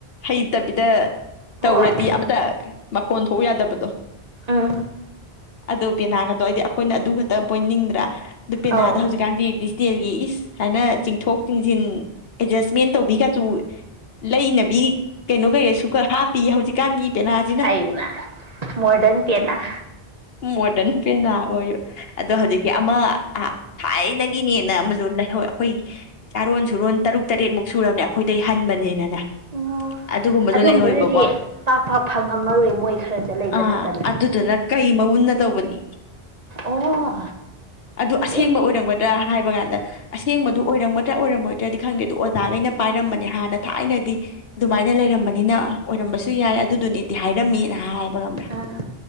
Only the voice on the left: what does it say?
ꯍꯩꯇꯕꯤꯗ꯫ ꯇꯧꯔꯗꯤ
ꯑꯃꯇ꯫ ꯃꯈꯣꯟ ꯊꯣꯛꯎ ꯌꯥꯗꯕꯗꯣ꯫
ꯑꯗꯣ ꯄꯦꯅꯥ ꯒꯇꯣ ꯑꯩꯗꯤ ꯑꯩꯈꯣꯏꯅ ꯑꯗꯨ ꯈꯇ ꯄꯣꯏꯅꯤꯡꯗ꯭ꯔꯥ꯫ ꯗꯨ ꯄꯦꯅꯥꯗꫭ
ꯍꯧꯖꯤꯛꯀꯥꯟꯗꯤ ꯗꯤ꯫ ꯇꯦꯜꯒꯤ ꯏꯁ ꯁꯥꯏꯅ ꯆꯤꯡꯊꯣꯛ ꯆꯤꯡꯁꯤꯟ ꯑꯦꯗꯖꯁꯃꯦꯟ ꯇꯧꯕꯤ ꯀꯁꯨ ꯂꯩꯅꯕꯤ ꯀꯩꯅꯣ ꯀꯩꯅꫭꯁꯨ ꯈꯔ ꯍꯥꯞꯄꯤ ꯍꯧꯖꯤꯛꯀꯥꯟꯒꯤ꯫ ꯄꯦꯅꯥꯁꯤꯅ
ꯃꯣꯗꯔꯟ ꯄꯦꯅꯥ ꯑꯣꯏꯌꫭ ꯑꯗꯣ ꯍꯧꯖꯤꯛꯀꯤ ꯑꯃ ꯊꯥꯏꯅꯒꯤꯅꯦꯅ ꯑꯃꯁꯨ ꯂꯩꯍꯧꯋꯦ ꯑꯩꯈꯣꯏ ꯆꯥꯔꯣꯟ ꯁꯨꯔꯣꯟ ꯇꯔꯨꯛ ꯇꯔꯦꯠꯃꯨꯛ ꯁꯨꯔꯕꯅꯦ ꯑꯩꯈꯣꯏꯗꯩ ꯍꯟꯕꯅꯤꯅꯅꯦ꯫
ꯑꯗꯨꯒꯨꯝꯕꯁꯨ
ꯂꯩꯍꯧꯋꯦꯕꯀꯣ
ꯑꯥ
ꯑꯗꯨꯗꯨꯅ ꯀꯩ ꯃꯎꯨꯟꯅ ꯇꯧꯕꯅꯤ
ꯑꯗꯨ ꯑꯁꯦꯡꯕ
ꯑꯣꯏꯔꯝꯒꯗ꯭ꯔꯥ ꯍꯥꯏꯕ ꯀꯥꯟꯗ ꯑꯁꯦꯡꯕꯗꯨ ꯑꯣꯏꯔꯝꯒꯗ꯭ꯔꯥ ꯑꯣꯏꯔꯝꯃꯣꯏꯗ꯭ꯔꯗꯤ ꯈꯪꯗꯦ ꯑꯗꯨ ꯑꯣꯖꯥꯈꯩꯅ ꯄꯥꯏꯔꯝꯕꯅꯦ ꯍꯥꯟꯅ ꯊꯥꯏꯅꯗꯤ ꯑꯗꯨꯃꯥꯏꯅ ꯂꯩꯔꯝꯕꯅꯤꯅ ꯑꯣꯏꯔꯝꯕꯁꯨ ꯌꯥꯏ ꯑꯗꯨꯗꯨꯅꯤꯗꯤ ꯍꯥꯏꯔꯝꯃꯦꯅ ꯍꯥꯏꯕ ꯈꯝꯕ꯭ꯔꯥ꯫